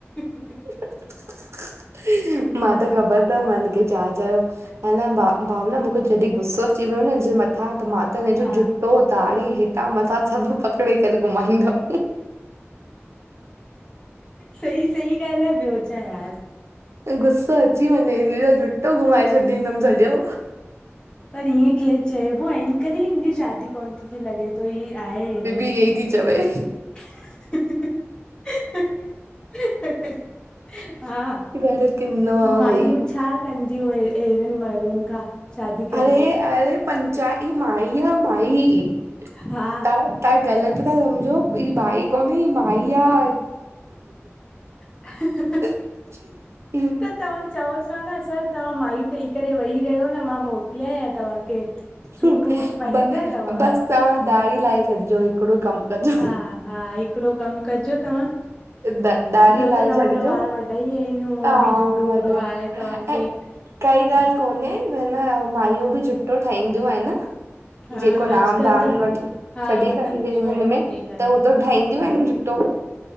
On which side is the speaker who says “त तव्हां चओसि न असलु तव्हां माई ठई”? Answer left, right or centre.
Left